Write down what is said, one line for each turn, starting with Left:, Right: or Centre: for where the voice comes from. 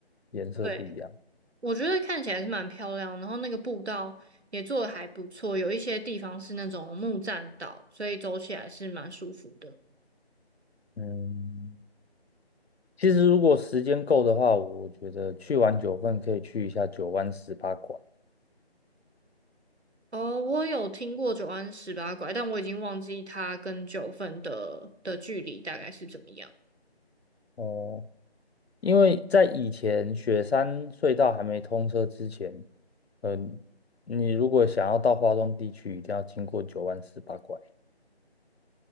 Left: 颜色不一样。
Right: 对，我觉得看起来是蛮漂亮，然后那个步道也做的还不错，有一些地方是那种木栈道，所以走起来是蛮舒服的。
Left: 嗯，其实如果时间够的话，我觉得去完九份可以去一下九弯十八拐。
Right: 哦，我有听过九弯十八拐，但我已经忘记它跟九份的的距离大概是怎么样。
Left: 哦，因为在以前雪山隧道还没通车之前，嗯、你如果想要到花东地区，一定要经过九弯十八拐。